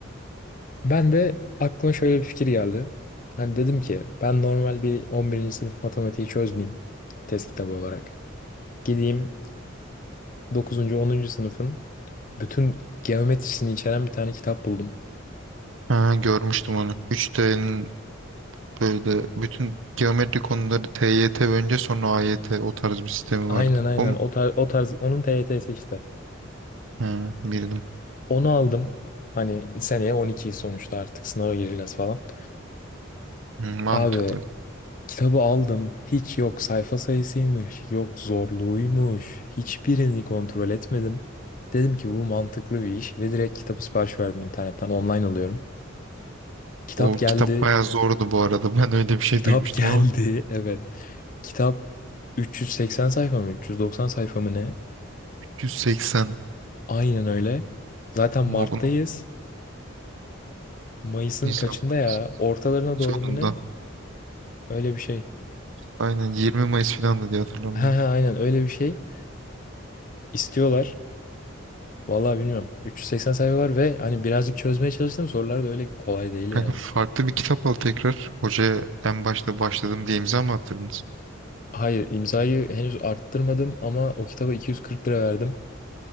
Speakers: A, on the left (about 40°); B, on the right (about 65°).
A: Ben de aklıma şöyle bir fikir geldi. Hani dedim ki ben normal bir on birinci sınıf matematiği çözmeyeyim test kitabı olarak. Gideyim dokuzuncu onuncu sınıfın bütün geometrisini içeren bir tane kitap buldum.
B: Ha, görmüştüm onu. 3D'nin Böyle bütün geometri konuları T Y T önce sonra A AYT o tarz bir sistemi vardı.
A: Aynen aynen
B: O mu?
A: o tarz, o tarz onun TYT'si işte.
B: Hı, bildim.
A: Onu aldım. Hani seneye on ikiyi sonuçta artık sınava gireceğiz falan.
B: Hı, mantıklı.
A: Abi Kitabı aldım. Hiç yok sayfa sayısıymış, yok zorluğuymuş. Hiçbirini kontrol etmedim. Dedim ki bu mantıklı bir iş ve direkt kitabı sipariş verdim internetten. Online alıyorum. Kitap
B: O
A: geldi.
B: kitap bayağı Ya zordu bu arada. <laughs> Ben öyle bir şey
A: Kitap
B: duymuştum
A: <laughs> geldi.
B: ama
A: Evet. Kitap 380 sayfa mı, 390 sayfa mı ne?
B: 180
A: Aynen öyle. Zaten Mart'tayız.
B: Mogul
A: Mayıs'ın
B: insan
A: kaçında
B: Mayıs
A: ya? Ortalarına
B: sonunda.
A: doğru mu ne? Öyle bir şey. <laughs>
B: Aynen 20 Mayıs filandı diye hatırlıyorum
A: Ha
B: ben.
A: ha
B: de.
A: aynen öyle bir şey. İstiyorlar. Vallahi bilmiyorum. 380 sayfa var ve hani birazcık çözmeye çalıştım. Sorular da öyle kolay değil yani.
B: Kanka farklı bir kitap al tekrar. Hocaya en başta başladım diye imza mı attırdınız?
A: Hayır, imzayı henüz arttırmadım ama o kitaba 240 lira verdim.